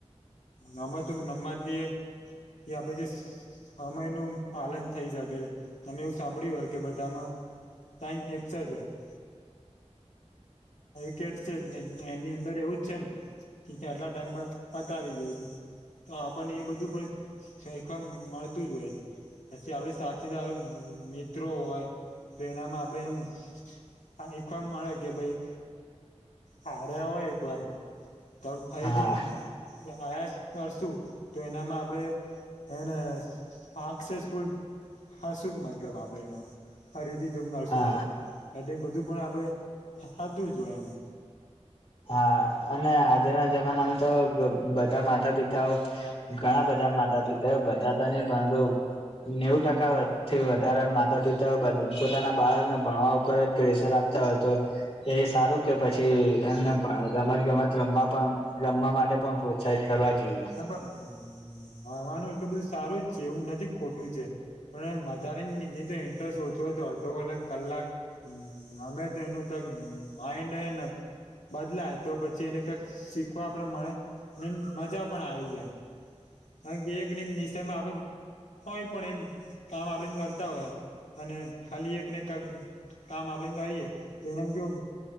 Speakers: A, on the left; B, on the left.
A: નમતું નમત દીએ એ આપડે જે સમયનું પાલન થઈ શકે અમે એવું સાંભળ્યું હોય કે બધામાં ટાઈમ એકક્સા જ હોય કે જ છે, એની અંદર એવું જ છે, ને કેમકે આટલા ટાઈમમા હતા આવી ગયો તો આપણને એ બધું પણ શીખવા મળતું જ હોય છે. પછી આપડે સાથીદારો મિત્રો હોય તો એનામાં આપડે એમ હા એકવાર મળે કે ભાઈ હારયા હોય એક વાર તો ફરીથી
B: હા
A: પ્રયાસ કરશું તો એનામાં આપડે એને હક્સેસફુલ હશું જ મતલબ આપડે એનામ ફરી થી જંગઆવ
B: હા
A: સુ તો એટલે બધું પણ આપડે હ હતું જોય એમ.
B: હા, અને આજના જમાનામ તો બધા માતા-પિતાઓ ઘણા બ બધા માતા-પિતાઓ બધા તો નઈ પરંતુ નેવુ ટકાથી વધારે માતા-પિતાઓ પોતાના બાળકને ભણવા ઉપર જ પ્રેશર આપ તા હોય તો એ સારું કે પછી એમને રમત-ગમત રમવા પણ રમવા માટે પણ પ્રોત્સાહિત કરવા જોઈએ
A: ના, ભણવાનું એટલું બધું સારું જ છે. એવું નથી ખોટું છે. પણ એમ વધારે ની તો ઇન્ટરેસ્ટ ઓછો હોય તો અડધો કલાક-કલાક. અમે તો એનું માઈન્ડ હેન બદલાય તો પછી એને કંઈક શીખવા પણ મળે, ને મજા પણ આવી જાય. કારણ કે એક ને એક વિષયમાં આપડે હોય પણ એક કામ આપડે કરતા હોય. અને ખાલી એક ને એક કામ આપડે કરીએ તો એનામ કેવુ